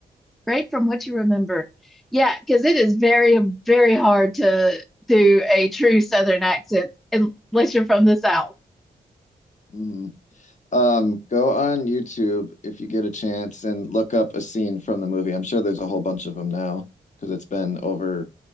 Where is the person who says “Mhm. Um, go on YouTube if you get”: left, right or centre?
Left